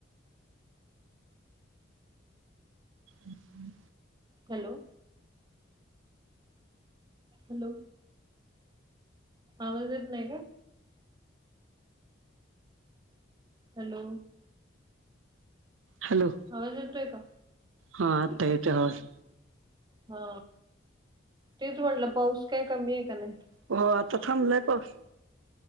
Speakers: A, on the right; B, on the right.
A: अम्
B: हॅलो हॅलो आवाजत नाही का हॅलो
A: हॅलो,
B: आवाज येतोय का?
A: हा येतोय आवाज,
B: हा तेच म्हटलं पाऊस काय कमी आहे का नाही,
A: हो आता थांबलंय पाऊस,